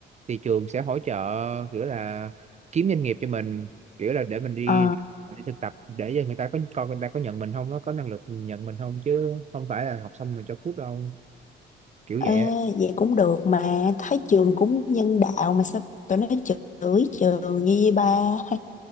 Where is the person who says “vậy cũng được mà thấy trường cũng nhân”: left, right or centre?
Left